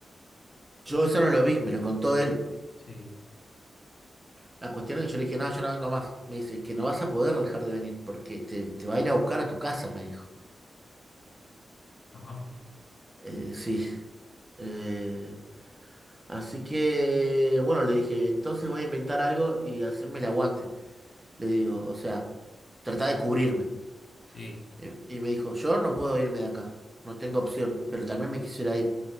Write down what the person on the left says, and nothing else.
Sí,
la mafia.
Sí,